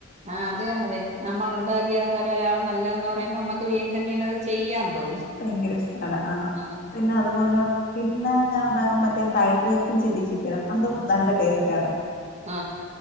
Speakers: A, on the right; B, on the left.
A: ആ അത് എന്നെ നമ്മള് ഉണ്ടാക്കിയ ആഹാരം ഒരാള് നല്ലതെന്ന് പറയുമ്പൊ നമ്മക്ക് വീണ്ടും വീണ്ടും അത് ചെയ്യാ തോന്നും
B: ഭയങ്കര ഇഷ്ടാണ് ആ
A: ഉം
B: പിന്നെ അത്പോല പിന്നെ ഞാൻ ഉണ്ടാകും മറ്റെ ഫ്രൈഡ് റൈസും ചില്ലി ചിക്കനും അതും നല്ല ടേസ്റ്റാണ്
A: ആ